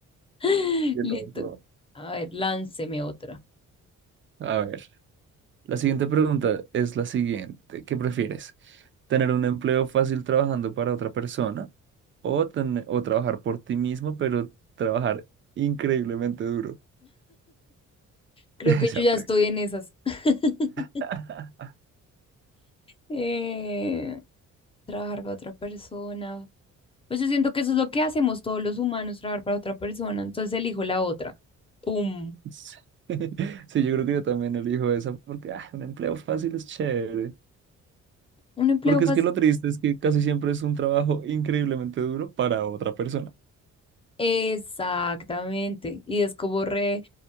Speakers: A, on the left (about 20°); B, on the right (about 40°).
A: <laughs>
B: ¡Qué
A: Listo.
B: loco!
A: A ver, lánceme otra.
B: A ver. La siguiente pregunta es la siguiente. ¿Qué prefieres? ¿Tener un empleo fácil trabajando para otra persona o, ten- o trabajar por ti mismo, pero trabajar increíblemente duro?
A: Creo
B: <laughs>
A: que
B: Esa
A: yo ya estoy en esas. <laughs>
B: pregunta.
A: Eh, trabajar para otra persona. Pues yo siento que eso es lo que hacemos todos los humanos, trabajar para otra persona. Entonces elijo la otra. ¡Pum!
B: Sí, <laughs> sí, yo creo que yo también elijo esa porque ah, un empleo fácil es chévere.
A: Un empleo
B: Porque
A: fácil.
B: es que lo triste es que casi siempre es un trabajo increíblemente duro para otra persona.
A: Exactamente. Y es como re,